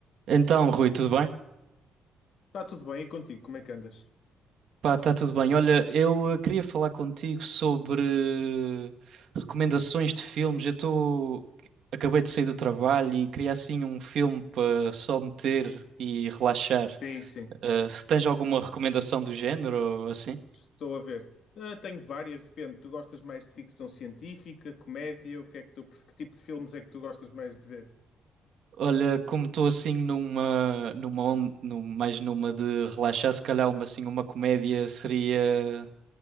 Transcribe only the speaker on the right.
Então, Rui, tudo bem?
Pá, está tudo bem. Olha, eu eh, queria falar contigo sobre eh, recomendações de filmes. Eu estou. Acabei de sair do trabalho e queria assim um filme para só meter e relaxar.
Eh, se tens
alguma recomendação do género ou assim?
Olha, como estou assim numa, numa, on- num- mais numa de relaxar, se calhar uma assim uma comédia seria